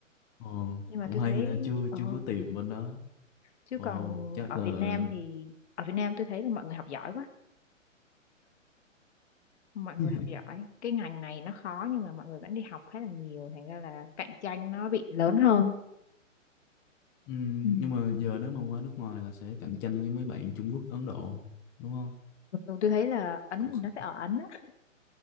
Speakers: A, on the left; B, on the left.
A: Ồ,
B: nhưng mà
A: cũng
B: tôi
A: hay
B: thấy
A: ha chưa
B: ờ
A: chưa có tìm bên đó
B: chứ
A: ồ
B: còn
A: chắc
B: ở
A: là
B: Việt Nam thì ở Việt Nam tôi thấy là mọi người học giỏi quá mọi người
A: <laughs>
B: học giỏi cái ngành này nó khó nhưng mà mọi người vẫn đi học khá là nhiều thành ra là cạnh tranh nó bị lớn hơn
A: Ừ,
B: ừ.
A: nhưng mà giờ nếu mà qua nước ngoài là sẽ cạnh tranh với mấy bạn Trung Quốc, Ấn Độ đúng không?
B: thường thường tôi thấy là Ấn
A: Cũng
B: thì
A: kh-
B: nó sẽ ở Ấn á